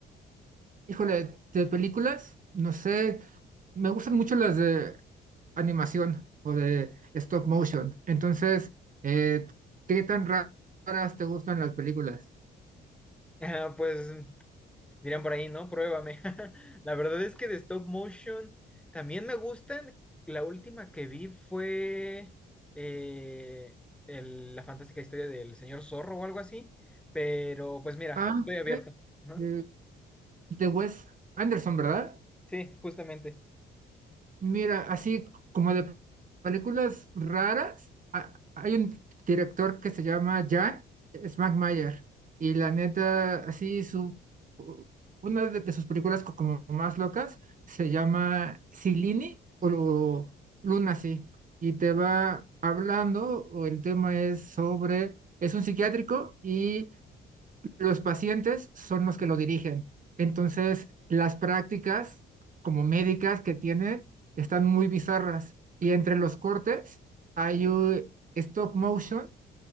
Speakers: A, on the right; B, in the centre.
A: Híjole, de películas, no sé, me gustan mucho las de animación o de stop motion. Entonces, eh, ¿qué tan ra- raras te gustan las películas?
B: Ah, pues Dirían por ahí, ¿no? Pruébame. <laughs> La verdad es que de stop motion también me gustan. La última que vi fue eh, el- la fantástica historia del señor Zorro o algo así. Pero pues mira,
A: Ah,
B: estoy
A: ok,
B: abierto. Ajá.
A: de, de Wes Anderson, ¿verdad?
B: Sí, justamente.
A: Mira, así como de películas raras, ha- hay un director que se llama Jan Smackmayer y la neta, así su u- una de, de sus películas co- como más locas se llama Silini o lo- Luna, sí, y te va hablando, o el tema es sobre, es un psiquiátrico y los pacientes son los que lo dirigen. Entonces, las prácticas como médicas que tienen están muy bizarras. Y entre los cortes hay un stop motion